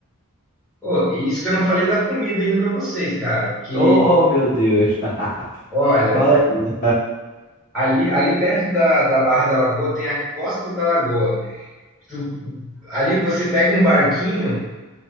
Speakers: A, in the centre; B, on the left.
A: Pô, e isso que eu não falei da comida ainda para vocês, cara, que
B: Oh, meu Deus. <laughs>
A: olha,
B: Fala aí.
A: ali ali perto da, da Barra da Lagoa tem a Costa da Lagoa. Tu- ali você pega um barquinho